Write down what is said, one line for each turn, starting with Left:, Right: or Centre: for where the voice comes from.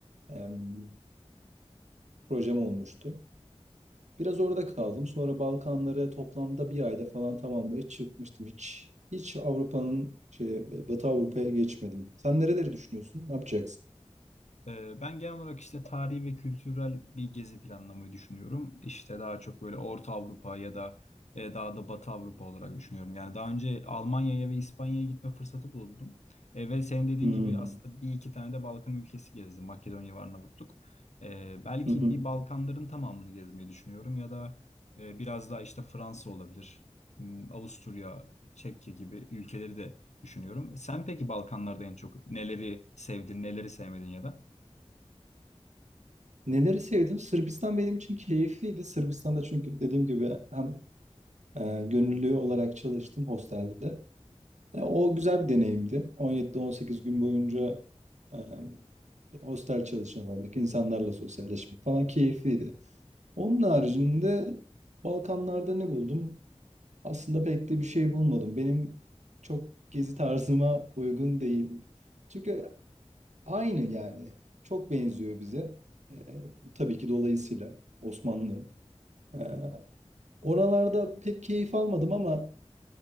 Right: em, projem olmuştu. Biraz orada kaldım. Sonra Balkanları toplamda bir ayda falan tamamlayıp çıkmıştım. Hiç hiç Avrupa'nın şey Batı Avrupa'ya geçmedim. Sen nereleri düşünüyorsun? Ne yapacaksın?
Left: Ee, Ben genel olarak işte tarihi ve kültürel bir gezi planlamayı düşünüyorum. İşte daha çok böyle Orta Avrupa ya da e, daha da Batı Avrupa olarak düşünüyorum. Yani daha önce Almanya'ya ve İspanya'ya gitme fırsatı buldum. E, ve senin dediğin
Right: Hmm.
Left: gibi aslında bir iki tane de Balkan ülkesi gezdim. Makedonya ve Arnavutluk. E, belki
Right: Hı hı.
Left: bir Balkanların tamamını gezmeyi düşünüyorum ya da e, biraz daha işte Fransa olabilir. Hmm, Avusturya, Çekya gibi ülkeleri de düşünüyorum. Sen peki Balkanlarda en çok neleri sevdin, neleri sevmedin ya da?
Right: Neleri sevdim? Sırbistan benim için keyifliydi. Sırbistan'da çünkü dediğim gibi hem e, gönüllü olarak çalıştım hostelde. E, o güzel bir deneyimdi. 17-18 gün boyunca e, hostel çalışan olmak, insanlarla sosyalleşmek falan keyifliydi. Onun haricinde Balkanlarda ne buldum? Aslında pek de bir şey bulmadım. Benim çok gezi tarzıma uygun değil. Çünkü aynı yani. Çok benziyor bize. Ee, tabii ki dolayısıyla Osmanlı. Ee, oralarda pek keyif almadım ama